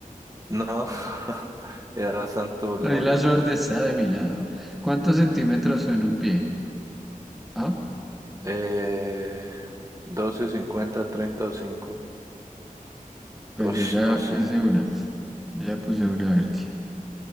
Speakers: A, on the right (about 25°); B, in the centre.
A: No, <laughs> era Santo
B: <laughs>
A: Gloria.
B: Ahí la suerte está de mi lado. ¿Cuántos centímetros son un pie? Ah,
A: Eh, doce cincuenta 30 o cinco
B: pues
A: Uy,
B: yo ya
A: no sé.
B: hice una. Yo ya puse una, a ver qué.